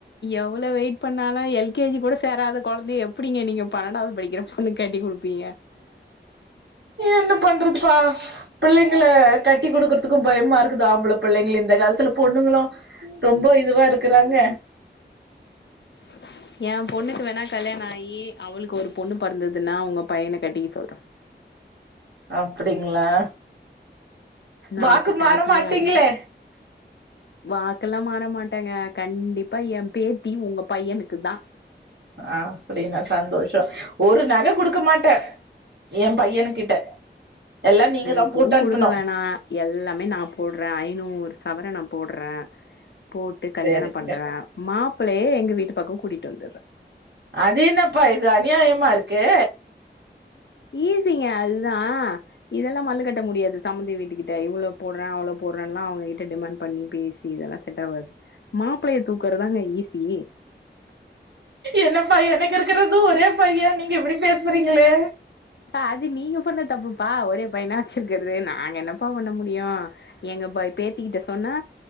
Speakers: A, on the left (about 70°); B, on the right (about 70°).
A: எவ்ளோ வெயிட் பண்ணாலு எல்கேஜி கூட சேராத கொழந்தய எப்புடிங்க நீங்க பன்னண்டாவ்து படிக்கிற ஒன்னு கட்டி குடுப்பீங்க
B: என்ன பண்றதுப்பா பிள்ளைங்கள கட்டி குடுக்குருதுக்கு பயமா இருக்குது ஆம்பள பிள்ளைங்ள இந்த காலத்துல பொண்ணுங்களு ரொம்போ இதுவா இருக்குறாங்க
A: <inaudible> எ பொண்ணுக்கு வேணா கல்யாண ஆகி அவளுக்கு ஒரு பொண்ணு பிறந்ததுன்னா உங்க பையனை கட்டிக்க சொல்றே
B: அப்டிங்களா
A: நா
B: வாக்கு
A: அப்ப
B: மாற
A: பாட்டியே
B: மாட்டீங்களே
A: ஆறிடுவே வாக்கெல்லா மாற மாட்டேங்க கண்டிப்பா என் பேத்தி உங்க பையனுக்கு தா
B: அப்டின்னா சந்தோஷ ஒரு நகை கொடுக்க மாட்டே என் பையனு கிட்ட எல்லா நீங்க தா
A: எதுவு
B: போட்டு அனுப்பனு
A: குடுக்க வேணா எல்லாமே நா போடுறே ஐநூறு சவரன் நா போடுறே போட்டு கல்யாணம்
B: சேரிங்க
A: பண்றே மாப்பிள்ளையே எங்க வீட்டு பக்க கூட்டிட்டு வந்துறே
B: அது என்னப்பா இது அநியாயமா இருக்கு
A: ஈசிங்க அதுதா இதெல்லா மல்லு கட்ட முடியாது சம்பந்தி வீட்டுக்கு இவ்வளோ போடுற அவள போடுறேன் நா அவங்க கிட்ட டிமாண்ட் பண்ணி பேசி இதெல்லா செட் ஆகாது மாப்பிளைய தூக்குறதாங்க ஈஸி
B: என்ன பா எனக்கு இருக்கறது ஒரே பையன் நீங்க இப்டி பேசுறீங்களே
A: அது நீங்க பண்ண தப்புப்பா ஒரே பையனா வச்சிருக்கறது நாங்க என்னப்பா பண்ண முடியு எங்க போய் பேத்திக்கிட்ட சொன்ன